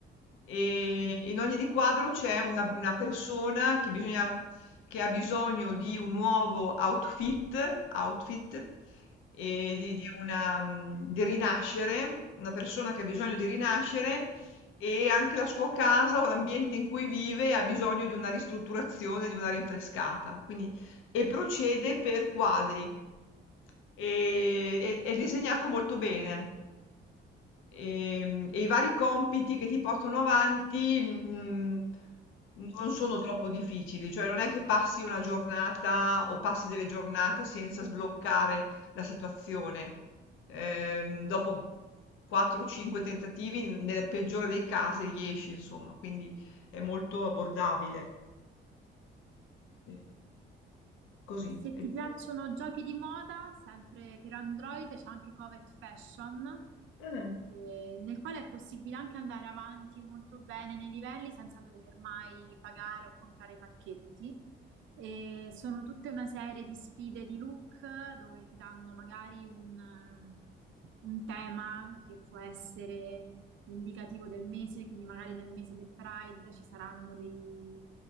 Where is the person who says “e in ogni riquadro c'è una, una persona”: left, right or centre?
Left